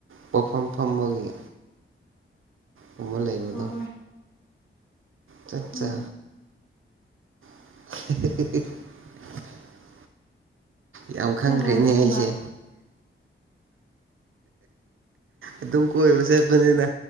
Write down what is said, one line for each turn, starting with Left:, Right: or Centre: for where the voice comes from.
Right: ꯄꯣꯠꯐꯝ ꯐꯝꯕꯒꯤ ꯒꯨꯝꯕ ꯂꯩꯕꯗꯣ
Left: ꯍꯣꯏ ꯍꯣꯏ
Right: ꯆꯠ
Left: ꯎꯝ
Right: ꯆꯥ <unintelligible> ꯌꯥꯝ ꯈꯪꯈ꯭ꯔꯦꯅꯦ
Left: ꯅꯪ ꯀꯃꯥꯏꯅ ꯈꯪꯉꯤꯕ
Right: ꯑꯩꯁꯦ ꯑꯗꯨꯝ ꯀꯣꯏꯕ ꯆꯠꯄꯅꯤꯅ